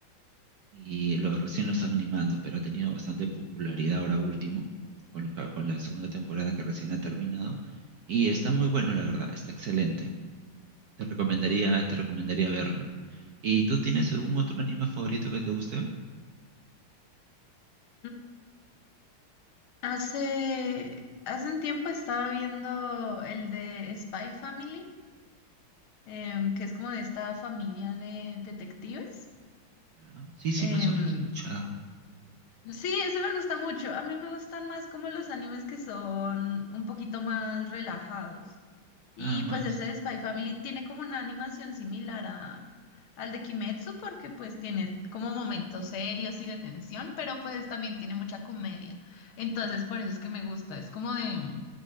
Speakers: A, on the right; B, on the left.
A: y lo, recién lo están animando, pero ha tenido bastante popularidad ahora último, con, lo que- con la segunda temporada que recién ha terminado. Y está muy bueno, la verdad, está excelente. Te recomendaría, te recomendaría verlo. ¿Y tú tienes algún otro anime favorito que te guste?
B: Mm, Hace, hace un tiempo estaba viendo el de Spy Family, em, que es como de esta familia de detectives.
A: Ya. Sí, sí,
B: Em,
A: más o menos he escuchado.
B: Sí, eso me gusta mucho. A mí me gustan más como los animes que son un poquito más relajados. Y
A: Nada más.
B: pues ese Spy Family tiene como una animación similar a, al de Kimetsu porque pues tiene como momentos serios y de tensión, pero pues también tiene mucha comedia. Entonces por eso es que me gusta. Es como de,